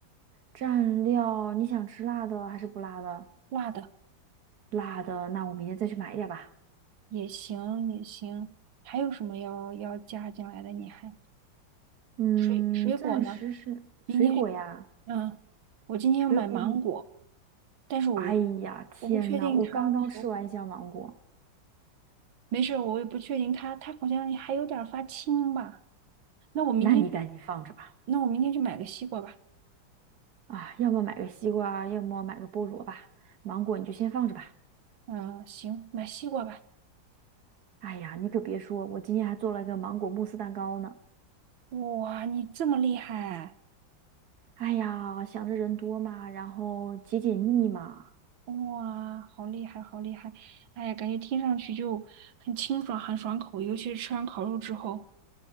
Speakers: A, on the right; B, on the right.
A: 蘸料，你想吃辣的还是不辣的？
B: 辣的
A: 辣的，那我明天再去买一点吧。
B: 也行，也行。还有什么要要加进来的？你还
A: 嗯，
B: 水水果呢？
A: 暂时是水果呀，
B: 明天去嗯，我今天要买芒果，
A: 水果。
B: 但是我
A: 哎呀，天呐，
B: 我不确定它熟不。
A: 我刚刚吃完一箱芒果，
B: 没事儿，我也不确定它，它好像还有点儿发青吧。那我明天就，
A: 那你赶紧放着吧。
B: 那我明天去买个西瓜吧。
A: 啊，要么买个西瓜，要么买个菠萝吧。芒果你就先放着吧。
B: 嗯，行，买西瓜吧。
A: 哎呀，你可别说，我今天还做了一个芒果慕斯蛋糕呢。
B: 哇，你这么厉害！
A: 哎呀，想着人多嘛，然后解解腻嘛。
B: 哇，好厉害，好厉害！哎呀，感觉听上去就很清爽，很爽口，尤其是吃完烤肉之后，